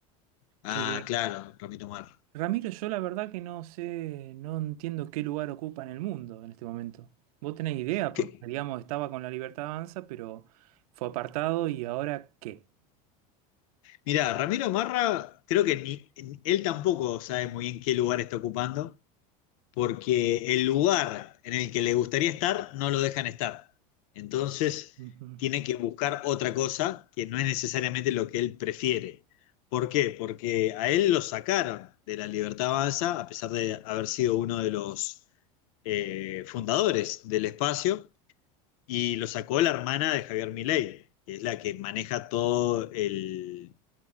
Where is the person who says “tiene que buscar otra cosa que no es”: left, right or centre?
Left